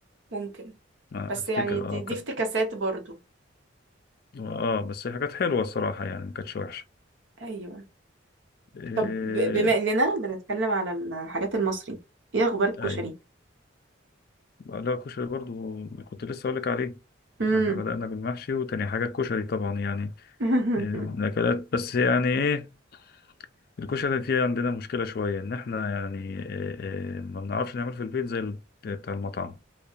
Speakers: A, on the right; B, on the left.
A: ممكن
B: ما
A: بس
B: أفتكر
A: يعني دي,
B: آه
A: دي
B: كانت
A: افتكاسات برضو
B: آه بس هي كانت حلوة الصراحة يعني ما كانتش وحشة
A: ايوه
B: إيه...
A: طب ب- بما اننا بنتكلم على الحاجات المصري ايه اخبار الكشري
B: أيوة لا كشري برضو كنت لسه أقولك عليه
A: امم
B: احنا بدأنا بالمحشي وتاني حاجة الكشري طبعا يعني
A: <laughs>
B: إيه، من الأكلات بس يعني ايه الكشري فيه عندنا مشكلة شوية إن احنا يعني إيه إيه ما بنعرفش نعمله في البيت زي ال- بتاع المطعم